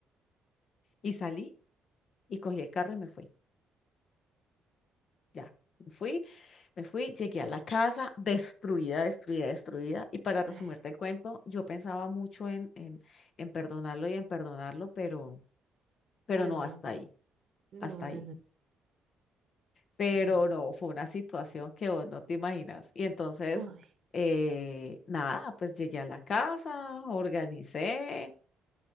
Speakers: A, on the left (about 50°); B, on the right (about 50°).
A: Y salí y cogí el carro y me fui. Ya, me fui, me fui, llegué a la casa destruida, destruida, destruida. Y para resumirte
B: Ah,
A: el cuento, yo pensaba mucho en, en, en perdonarlo y en perdonarlo, pero, pero
B: No,
A: no hasta
B: pe-
A: ahí,
B: no,
A: hasta
B: no,
A: ahí.
B: no,
A: Pero
B: no.
A: no, fue una situación que vos no te imaginas. Y entonces,
B: Uy,
A: eh, nada, pues llegué a la casa, organicé